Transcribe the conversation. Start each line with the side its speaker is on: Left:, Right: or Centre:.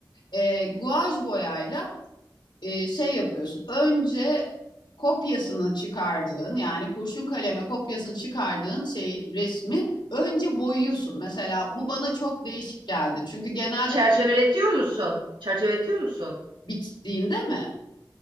Left: e, guaj boyayla e, şey yapıyorsun. Önce kopyasını çıkardığın yani kurşun kaleme kopyasını çıkardığın şey resmi önce boyuyorsun. Mesela bu bana çok değişik geldi. Çünkü genelde
Right: Çerçeveletiyor musun? Çerçeveletiyor musun?
Left: bittiğinde mi?